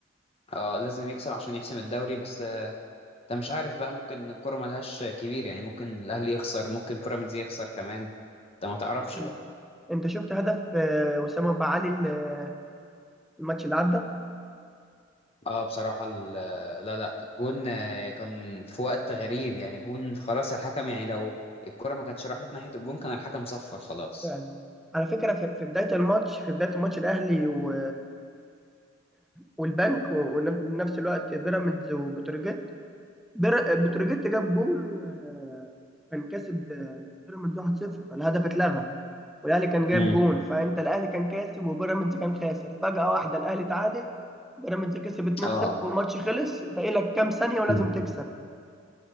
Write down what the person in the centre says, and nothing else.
م.
أنت شفت هدف آه، وسام أبو علي ال- الماتش اللي عدى
فعلا على فكرة في في بداية الماتش في بداية الماتش الأهلي و والبنك ونفس الوقت بيراميدز وبتروجيت بير- بتروجيت جاب جول و- وكان كاسب آه، بيراميدز 1-0 فالهدف اتلغى والاهلي كان جايب
جول فانت الاهلي كان كاسب وبيراميدز كان خاسر فجأة واحدة الاهلي تعادل بيراميدز كسب 2-0
والماتش خلص باقي لك كام ثانية ولازم
تكسب